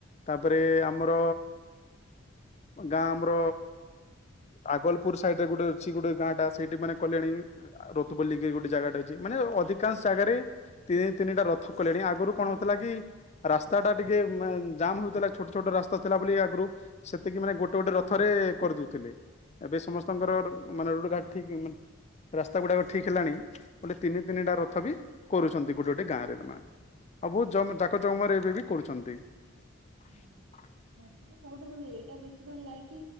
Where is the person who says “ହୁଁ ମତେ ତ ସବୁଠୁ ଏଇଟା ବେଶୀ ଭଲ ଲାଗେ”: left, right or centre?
Right